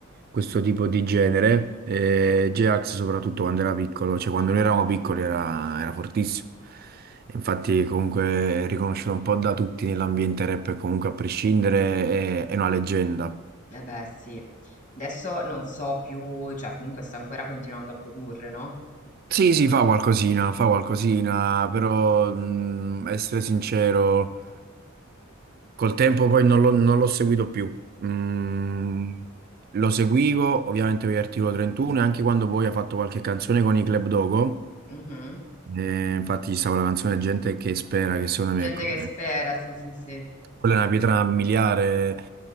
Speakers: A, on the right; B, on the left.
A: questo tipo di genere. E J-Ax soprattutto quando era piccolo, cioè quando noi eravamo piccoli era, era fortissimo. E Infatti comunque è riconosciuto un po' da tutti nell'ambiente rap e comunque a prescindere è, è una leggenda.
B: Eh beh, sì. Adesso non so più, cioè comunque sta ancora continuando a produrre, no?
A: Sì, sì, fa qualcosina, fa qualcosina, però mh, essere sincero... Col tempo poi non l'ho non l'ho seguito più. Mm, lo seguivo ovviamente per l'articolo 31 e anche quando poi ha fatto qualche canzone con i Club Dogo.
B: Mhm.
A: Eh, infatti, ci stava la canzone Gente che spera, che secondo
B: Gente
A: me, ecco,
B: che
A: eh,
B: spera, sì, sì, sì.
A: quella è una pietra miliare